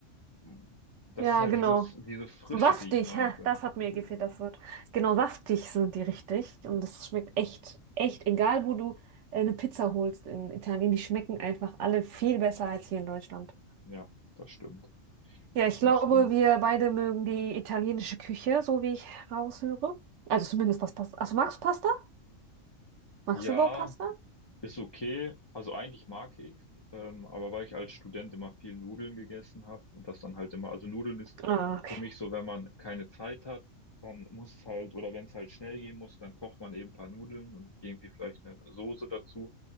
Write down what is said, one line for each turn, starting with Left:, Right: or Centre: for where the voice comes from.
Left: m, das
Right: Ja,
Left: ist halt
Right: genau.
Left: diese, diese Frische,
Right: So saftig,
Left: die ich meinte.
Right: ha, das hat mir
Left: Also,
Right: gefehlt, das Wort. Genau, saftig sind die richtig und das schmeckt echt, echt, egal wo du äh, eine Pizza holst in Italien, die schmecken einfach alle viel besser als hier in Deutschland.
Left: Ja, das stimmt.
Right: Ja, ich glaube,
Left: Das stimmt.
Right: wir beide mögen die italienische Küche, so wie ich raushöre. Also zumindest was Pasta. Achso, magst du Pasta? Magst
Left: Ja,
Right: du überhaupt Pasta?
Left: Ist okay. Also eigentlich mag ich ähm, aber weil ich als Student immer viel Nudeln gegessen habe und das dann halt immer, also Nudeln ist
Right: Ah, okay.
Left: für mich so, wenn man keine Zeit hat, dann muss es halt, oder wenn es halt schnell gehen muss, dann kocht man eben ein paar Nudeln und irgendwie vielleicht eine Soße dazu.